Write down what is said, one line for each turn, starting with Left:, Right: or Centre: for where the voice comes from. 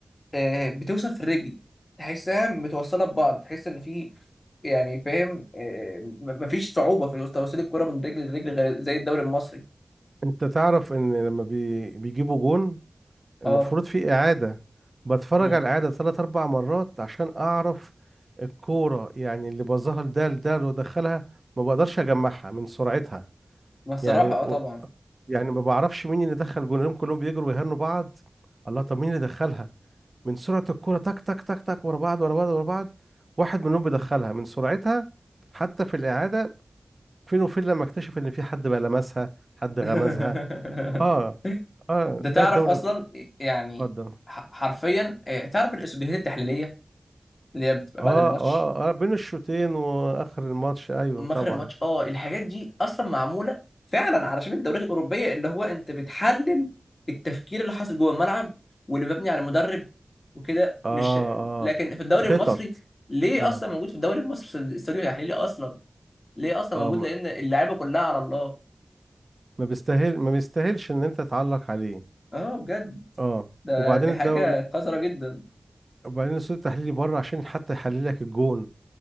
Left: آه بتوصل في الرجل تحسها متوصلة ببعض تحس إن في يعني فاهم آه م- مفيش صعوبة في توصيل الكرة من رجل لرجل غير زي الدوري المصري
Right: انت تعرف ان لما بي... بيجيبوا جون المفروض
Left: اه
Right: في اعادة بتفرج
Left: مم.
Right: على الاعادة ثلاث اربع مرات عشان اعرف الكورة يعني اللي بظهر ده لده اللي دخلها ما بقدرش اجمعها من سرعتها
Left: ما الصراحة
Right: يعني و...
Left: اه طبعا
Right: يعني ما بعرفش مين اللي دخل جونهم كلهم بيجروا ويهنوا بعض الله طب مين اللي دخلها من سرعة الكورة تك تك تك تك ورا بعض ورا بعض ورا بعض واحد منهم بيدخلها من سرعتها حتى في الاعادة فين وفين لما اكتشف ان في حد بقى لمسها حد غمزها
Left: <laughs>
Right: اه اه
Left: ده تعرف
Right: لا الدوري
Left: أصلا
Right: ب-
Left: يعني
Right: اتفضل
Left: ح- حرفيا آه تعرف الإسوديهات التحليلية اللي هي بتبقى
Right: اه
Left: بعد الماتش
Right: اه اه بين الشوطين واخر الماتش ايوه
Left: مخرج
Right: طبعا
Left: ماتش اه الحاجات دي اصلا معموله فعلا علشان الدوريات الاوروبيه اللي هو انت بتحلل التفكير اللي حاصل جوه الملعب واللي مبني على مدرب وكده
Right: اه
Left: مش لكن
Right: اه
Left: في الدوري
Right: خطط
Left: المصري ليه
Right: اه
Left: اصلا موجود في الدوري المصري استوديو تحليلي اصلا ليه اصلا
Right: اه
Left: موجود
Right: ما
Left: لان اللعيبه كلها على الله
Right: ما بيستاهل ما بيستاهلش ان انت تعلق عليه
Left: اه بجد
Right: اه
Left: ده
Right: وبعدين
Left: دي حاجه
Right: الدوري
Left: قذره جدا
Right: وبعدين الصوت التحليلي بره عشان حتى يحلل لك الجون